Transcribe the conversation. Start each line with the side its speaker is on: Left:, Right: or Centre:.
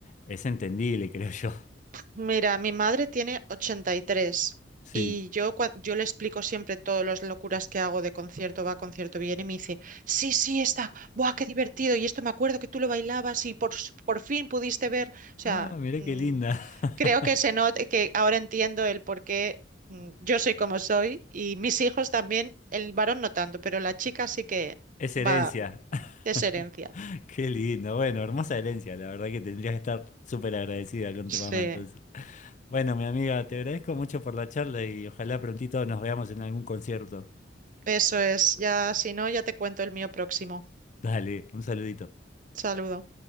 Left: es entendible, <laughs> creo yo.
Right: Mira, mi madre tiene 83 y tres
Left: Sí.
Right: y yo, cua- yo le explico siempre todas las locuras que hago de concierto, va, concierto viene y me dice, sí, sí, está, ¡buah, qué divertido! Y esto me acuerdo que tú lo bailabas y por, s- por fin pudiste ver, o sea,
Left: Ah, mirá
Right: mm,
Left: qué linda. <laughs>
Right: creo que se not- que ahora entiendo el por qué mm, yo soy como soy y mis hijos también, el varón no tanto, pero la chica sí que
Left: Es herencia.
Right: va,
Left: <laughs>
Right: es herencia.
Left: Qué lindo. Bueno, hermosa herencia. La verdad que tendrías que estar súper agradecida con
Right: Sí,
Left: tu mamá entonces. Bueno, mi amiga, te agradezco mucho por la charla y ojalá prontito nos veamos en algún concierto.
Right: eso es. Ya, si no, ya te cuento el mío próximo.
Left: Dale, un saludito.
Right: saludo